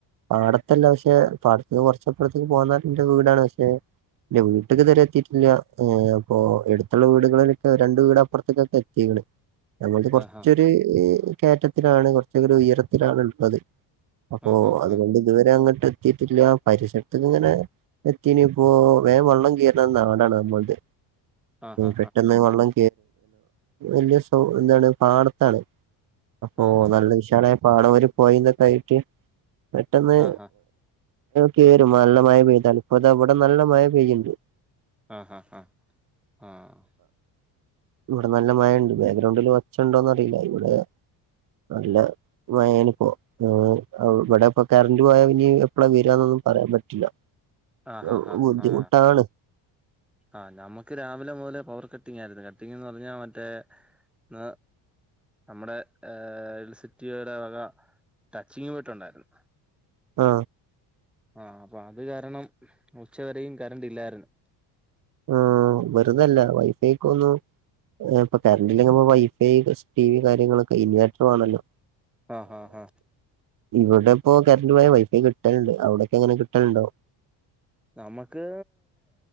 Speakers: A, on the right (about 45°); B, in the centre.
A: പാടത്തല്ല പക്ഷെ പാടത്ത് കുറച്ച് ഇപ്പറത്തേക്ക് പോന്നാൽ ന്റെ വീടാണ് പക്ഷെ. ഇല്ല വീട്ടക്ക് തരെ എത്തിട്ടില്ല ഏ അപ്പൊ എടുത്തുള്ള വീടുകളിലൊക്കെ രണ്ട വീട അപ്പുറത്തേക്കൊക്കെ എത്തിണ് ഞങ്ങൾത് കുറച്ചൊരു
B: ആഹാ
A: കയറ്റത്തിലാണ്. കുറച്ചൊ ഉയരത്തിലാണ് ഉള്ളത്. ഓ
B: ആഹാ
A: അതുകൊണ്ട്
B: ആ
A: ഇതുവരെ അങ്ങോട്ട് എത്തിട്ടില്ല പരിസരത്തക്ക ഇങ്ങനെ എത്തിനി ഇപ്പോ വേൻ വള്ളം കയറണ നാടാണ് നമ്മൾത്
B: ആഹാ
A: പെട്ടെന്ന് വള്ളം വലിയ ശോ എന്താണ് പാടത്താണ്.
B: ആ
A: അപ്പൊ
B: ആഹാ
A: നല്ല വിശാല ഒരു പോയി തൊക്കെ ആയിറ്റ് പെട്ടന്ന്.
B: ആ ആഹാ
A: കേരും നല്ല മഴ പെയ്താല്, ഇവിടെ ഇപ്പ താ നല്ല മഴ പെയ്യ്ണ്ട്.
B: ആഹ് ഹാ ആ ആഹ്
A: ഇവിടെ നല്ല മഴണ്ട് ബാഗ്രൗണ്ടില് ഒച്ചയുണ്ടോന്നറിയില്ല ഇവിടെ നല്ല മഴയാനിപ്പോ ആ ആ ഇവിടെ ഇപ്പ കറണ്ട് പോയാ ഇനി എപ്പളാ വരാന്നൊന്നും പറയാൻ പറ്റില്ല
B: ആഹ്
A: ഏവു
B: ആഹാ ഹാ
A: ബുദ്ധിമുട്ടാണ്
B: ഹാ ആ നമുക്ക് രാവിലെ മുതലേ പവർ കട്ടിംഗ് ആരുന്നു കട്ടിംങ്ങെന്ന് പറഞ്ഞാ മറ്റേ ന നമ്മുടെ ഏ ഇലസിറ്റി വര വക ടച്ചിങ്ങ് വെട്ടുണ്ടായിരുന്ന്
A: ആ
B: ആ അപ്പ അത് കാരണം ഉച്ചവരെയും കറണ്ട് ഇല്ലാരുന്നു
A: ആ വെറുതെ അല്ല വൈഫൈക്ക് ഒന്നു ആ ഇപ്പ കറണ്ട് ഇല്ലെങ്കി നമ്മ വൈഫൈക്ക് സ്പീഡ് കാര്യങ്ങളൊക്കെ ഇൻവെർട്ടർ വേണോല്ലോ
B: ആ ഹ ഹ
A: ഇവിടെപ്പോ കറണ്ട് പോയ വൈഫൈ കിട്ടല്ണ്ട് അവിടൊക്കെ എങ്ങനെ കിട്ടലുണ്ടോ?
B: നമ്മക്ക്